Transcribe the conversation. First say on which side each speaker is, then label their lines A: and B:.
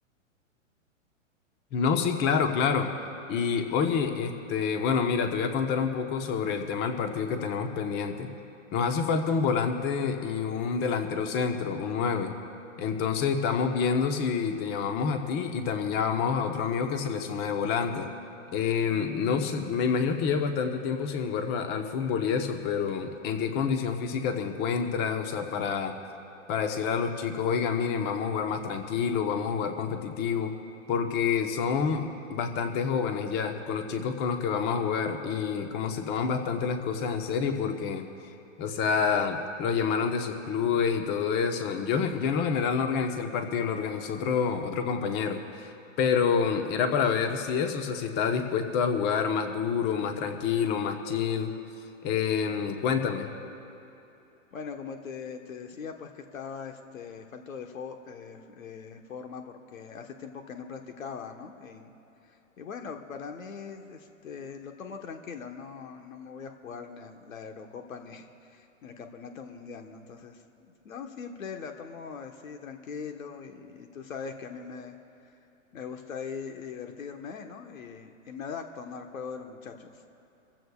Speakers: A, on the left; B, on the left.
A: No, sí, claro, claro. Y oye, este, bueno, mira, te voy a contar un poco sobre el tema del partido que tenemos pendiente. Nos hace falta un volante y un delantero centro, un nueve Entonces estamos viendo si te llamamos a ti y también llamamos a otro amigo que se le suma de volante. Em, no sé, me imagino que llevas bastante tiempo sin jugar a- al fútbol y eso, pero ¿en qué condición física te encuentras? O sea, para, para decirle a los chicos, oiga, miren, vamos a jugar más tranquilo, vamos a jugar competitivo porque son bastante jóvenes ya, con los chicos con los que vamos a jugar y como se toman bastante las cosas en serio porque, o sea, los llamaron de sus clubes y todo eso. Yo, yo en lo general no organicé el partido, lo organizó otro, otro compañero, pero era para ver si eso, o sea, si estaba dispuesto a jugar más duro, más tranquilo, más chill. Em, cuéntame.
B: Bueno, como te, te decía, pues que estaba este, falto de fo- eh, eh, forma porque hace tiempo que no practicaba, ¿no? Y Y bueno, para mí, este, lo tomo tranquilo, no, no me voy a jugar ni a la Eurocopa ni, <laughs> ni el Campeonato Mundial, ¿no? Entonces, no, simple, la tomo así tranquilo y, tú sabes que a mí me, me gusta ahí divertirme, ¿no? Y, y me adapto, ¿no? al juego de los muchachos.